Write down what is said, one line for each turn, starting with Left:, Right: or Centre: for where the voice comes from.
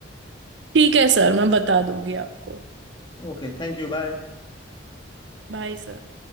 Right: ठीक है सर मैं बता दूंगी आपको
Left: Okay thank you bye
Right: Bye sir